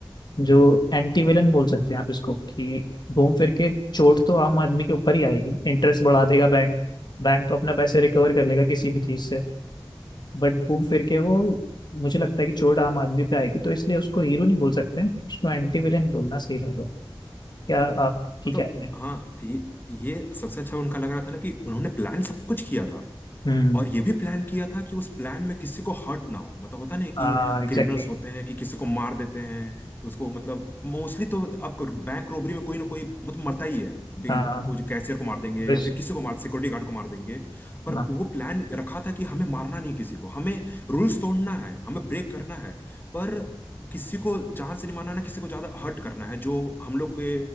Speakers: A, on the left (about 55°); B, on the left (about 20°).
A: जो एंटी विलन बोल सकते हैं आप इसको कि घूम फिर के चोट तो आम आदमी के ऊपर ही आएगी इंटरेस्ट बढ़ा देगा बैंक बैंक तो अपना पैसे रिकवर कर लेगा किसी भी चीज से बट घूम फिर के वो मुझे लगता है कि चोट आम आदमी पे आएगी तो इसलिए उसको हीरो नहीं बोल सकते हैं उसको एंटी विलेन बोलना सही रहेगा क्या आपकी
B: मतलब
A: क्या राय है
B: हाँ ये ये सबसे अच्छा उनका लग रहा था ना कि उन्होंने प्लान सब कुछ किया था
A: हम्म
B: और ये भी प्लान किया था कि उस प्लान में किसी को हर्ट ना हो मतलब होता नहीं कि
A: हाँ एग्जैक्टली
B: क्रिमिनल्स होते हैं कि किसी को मार देते हैं उसको मतलब मोस्टली तो आपको बैंक रोबरी में कोई ना कोई मतलब मरता ही है कि
A: हाँ
B: कुछ कैशियर को मार देंगे
A: बस
B: या फिर किसी को मार सिक्योरिटी गार्ड को मार देंगे पर
A: हाँ
B: वो प्लान रखा था कि हमें मारना नहीं किसी को हमें रूल्स तोड़ना है हमें ब्रेक करना है पर किसी को जान से नहीं मारना ना किसी को ज्यादा हर्ट करना है जो हम लोग के